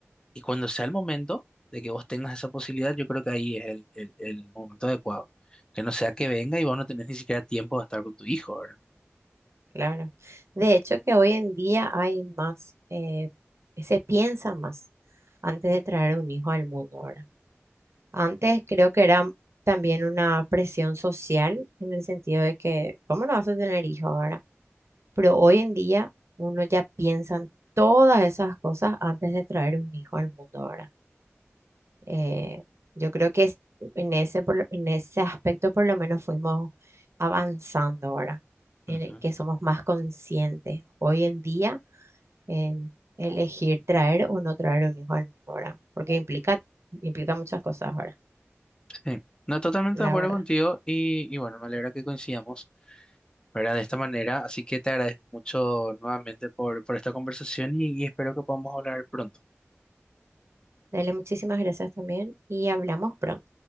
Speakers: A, on the left; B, on the right.
A: y cuando sea el momento de que vos tengas esa posibilidad, yo creo que ahí es el, el- el momento adecuado. Que no sea que venga y vos no tenés ni siquiera tiempo de estar con tu hijo, ¿verdad?
B: claro. De hecho, que hoy en día hay más, eh, se piensa más antes de traer un hijo al mundo ahora. Antes creo que era también una presión social en el sentido de que, ¿cómo no vas a tener hijo ahora? Pero hoy en día uno ya piensa en todas esas cosas antes de traer un hijo al mundo ahora. Eh, yo creo que es- en ese, por lo- en ese aspecto por lo menos fuimos avanzando ahora, en
A: Ujú.
B: el que somos más conscientes hoy en día en elegir traer o no traer un hijo al mundo ahora, porque implica, implica muchas cosas ahora,
A: Sí, no, totalmente
B: la
A: de acuerdo
B: verdad.
A: contigo y, y bueno, me alegra que coincidamos, ¿verdad? De esta manera, así que te agradezco mucho nuevamente por, por esta conversación y y espero que podamos hablar pronto.
B: Dale, muchísimas gracias también y hablamos pronto.